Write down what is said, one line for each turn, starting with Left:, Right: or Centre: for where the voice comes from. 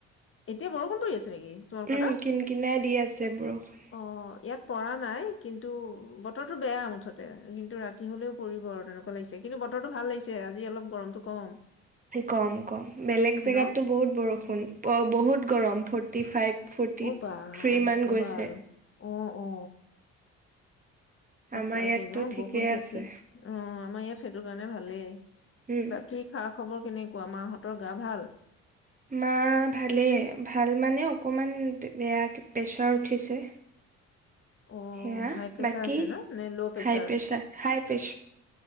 Left: এতিয়া বৰষুণ পৰি আছে ছে তোমালোকৰ
Right: উম
Left: তাত?
Right: কিন কিনাই দি আছে বৰষুণ
Left: অ ইয়াত পৰা নাই, কিন্তু বতৰটো বেয়া মুঠতে, কিন্তু ৰাতি হলেও পৰিব আৰু তেনেকুৱা লাগিছে। কিন্তু বতৰটো ভাল লাগিছে, আজি অলপ গৰমটো কম।
Right: কম কম, বেলেগ জেগাততো
Left: ন?
Right: বহুত বৰষুণ। বহুত গৰম ফৰ্ৰটি ফাইভ ফৰ্টি
Left: অ' বা
Right: থ্ৰী
Left: নক'বা
Right: মান গৈছে।
Left: আৰু অ অ। সঁচাকে
Right: আমাৰ ইয়াততো
Left: ন,
Right: ঠিকেই
Left: বহুত বেছি।
Right: আছে
Left: অ, আমাৰ ইয়াত সেইটো কাৰণে ভালেই।
Right: উম
Left: বাকী খা খ খবৰ কেনেকুৱা? মাহঁতৰ গা ভাল?
Right: মা ভালে, ভাল মানে অকণমান বেয়া, প্ৰেছাৰ উঠিছে।
Left: অ
Right: সেয়া।
Left: হাই প্ৰেচাৰ
Right: বাকি,
Left: আছে ন নে ল' pressure
Right: high pressure. High press